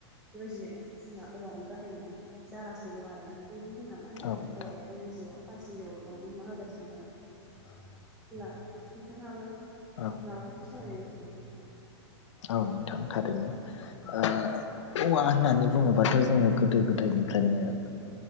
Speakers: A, in the centre; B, on the left.
A: बेबायदिनो जोंहा औवानि बाहायनाय जागासिनो दं आरोना बेदिनो जोंना मा
B: नोंथां
A: होनो हौवाया जोंनि जिउआव मानसिनि जिउआव गोबां बिहोमा होगासिनो दं आरोना
B: <inaudible>
A: होनब्ला नोंथांङाबो
B: औ
A: माबाखौ सोलायनो गोसो
B: औ नोंथां खारैनो ओ औवा होननानै बुंङोबाथ' जोङो गोदो गोदायनिफ्रायनो